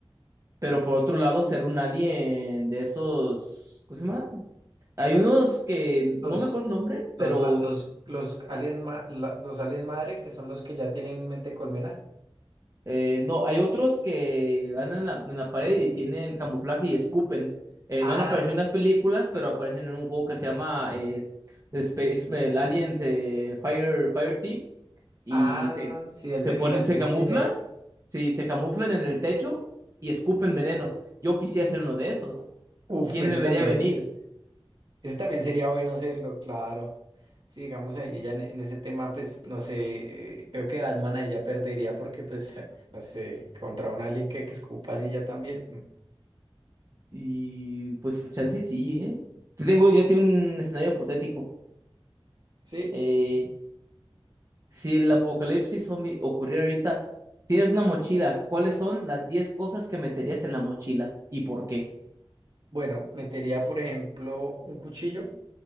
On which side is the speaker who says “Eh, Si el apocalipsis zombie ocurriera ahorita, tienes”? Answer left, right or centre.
Right